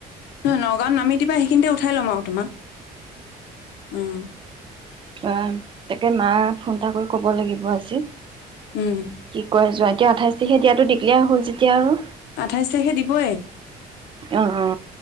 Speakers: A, on the left (about 80°); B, on the right (about 30°).
A: উয নহ নগাঁৱত নামি দিবা। সেইখিনিতে উঠাই ল'ম আও তোমাক। অ'
B: অ' তাকে মা ফোন এটা কৰি ক'ব লাগিব আজি।
A: উম
B: কি ক'য় জোঁ এতিয়া আঠাইছ তাৰিখে দিয়াটো ডিক্লেয়াৰ হ'ল যেতিয়া আৰু
A: আঠাইশ তাৰিখে দিবৈ।
B: অ অ।